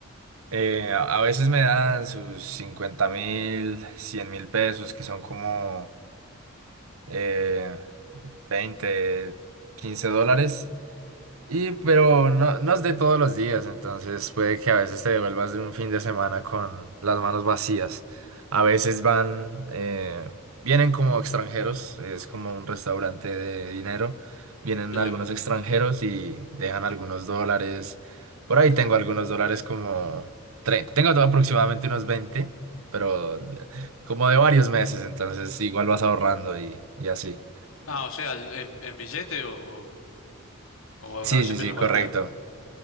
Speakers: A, on the right (about 75°); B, on the left (about 70°).
A: Eh, a a veces me dan sus cincuenta mil, cien mil pesos, que son como eh, 20, 15 dólares. Y pero
B: Eh,
A: no, no es de todos los días, entonces puede que a veces te devuelvas de un fin de semana con las manos vacías. A veces van, eh, vienen como extranjeros, es como un restaurante de dinero. Vienen
B: claro.
A: algunos extranjeros y dejan algunos dólares. Por ahí tengo algunos dólares como... tre- Tengo aproximadamente unos 20 pero de- como de varios meses, entonces igual vas ahorrando y, y así.
B: Ah, o sea, en, en billete o, o, o ahorrarse
A: Sí, sí,
B: pesos
A: sí,
B: colombianos.
A: correcto.